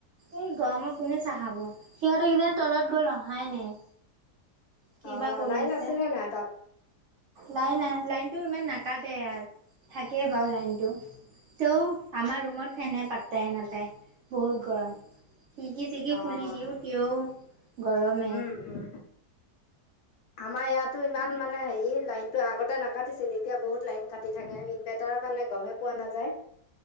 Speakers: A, on the right; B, on the left.
A: এই গৰমত কোনে চাহ খাব সিহঁত কিজান তলত গ'ল অহাই নাই কিবা
B: অ
A: কৰি
B: লাইন
A: আছে।
B: আছেনে নাই তাত
A: লাইন আ লাইনটো ইমান নাকাটে ইয়াত থাকেই বাৰু লাইনটো তেওঁ আমাৰ ৰুমত ফেনে পাত্তাই নাপায় বহুত গৰম খিৰিকী চিৰিকি
B: অ'
A: খুলি দিওঁ তেওঁ গৰমে
B: উম, উম। আমাৰ ইয়াতো ইমান মানে হেৰি লাইনটো আগতে নাকাটিছিল এতিয়া বহুত লাইন কাটি থাকে ইনভাৰ্টাৰ কাৰণে গমেই পোৱা নাযায়